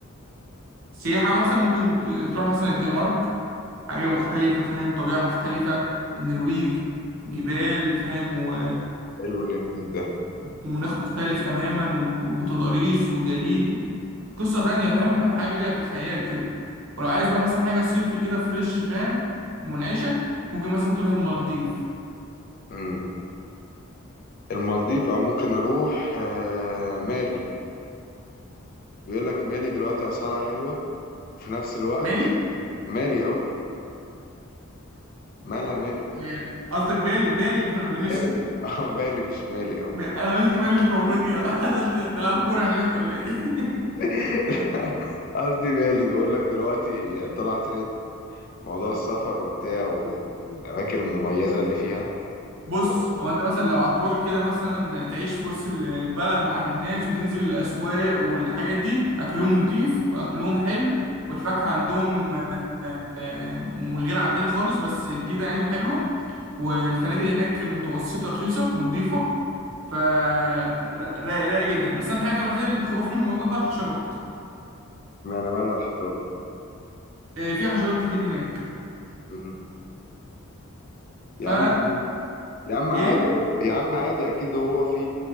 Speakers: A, on the right; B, on the left.
A: سياحة مثلا ممكن ت- تروح مثلا الدنمارك حاجة مختلفة فاهم طبيعة مختلفة النرويج جبال فاهم و
B: حلو ان الاتنين ده
A: ومناخ مختلف تماما و- وتضاريس وجليد قصة تانية فاهم حاجة في الخيال كده ولو عايز بقى مثلا حاجة صيفي كده فريش فاهم منعشة ممكن مثلا تروح المالديف
B: امم المالديف او ممكن اروح آه، مالي بيقول لك مالي دلوقتي اسعارها حلوه في نفس الوقت
A: مالي
B: مالي اه مالها مالي
A: آه، قصدك بالي بالي اللي في اندونيسيا
B: مالي <laughs> اه مالي مش مالي اه
A: <laughs> انا قلت مالي دي في افريقيا <laughs> ده تلعب كورة هناك ولا ايه <laughs>
B: <laughs> قصدي مالي بيقول لك دلوقتي طلع ترند موضوع السفر وبتاع وال... والاماكن المميزه اللي فيها <laughs>
A: بص
B: ف-
A: هو انت مثلا لو هتروح كده مثلا تعيش في وسط ال- البلد مع الناس وتنزل الاسواق والحاجات دي اكلهم نضيف واكلهم حلو والفاكهه عندهم آه، من غير عندنا خالص بس جديده يعني وحلوه والفنادق هناك متوسطه رخيصه ونضيفه ف را- رايقه جدا بس انا الحاجه الوحيده اللي بتخوفني من الموضوع ده الحشرات
B: ما انا مالها الحشرات
A: آه، في حشرات كتير هناك
B: مم. يا
A: ف
B: عم عادي يا عم عادي
A: ايه
B: يا عم عادي اكيد هو في